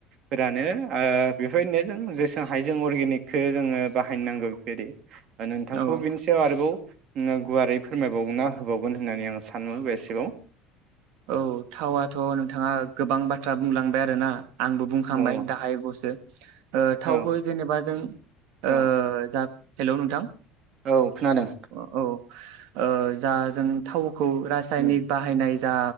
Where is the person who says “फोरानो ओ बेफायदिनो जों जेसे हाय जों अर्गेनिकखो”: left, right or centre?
Right